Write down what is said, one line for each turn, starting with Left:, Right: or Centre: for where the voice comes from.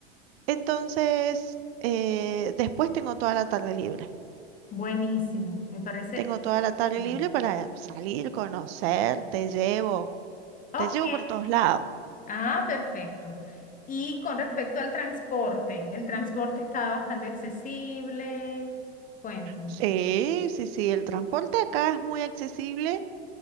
Right: entonces eh, después tengo toda la tarde libre.
Left: Buenísimo, me parece
Right: Tengo toda la tarde
Left: excelente.
Right: libre para salir, conocer, te llevo,
Left: Ok,
Right: te llevo por todos lados.
Left: ah, perfecto. Y con respecto al transporte, el transporte está bastante accesible. Cuéntame.
Right: Sí, sí, sí, el transporte acá es muy accesible.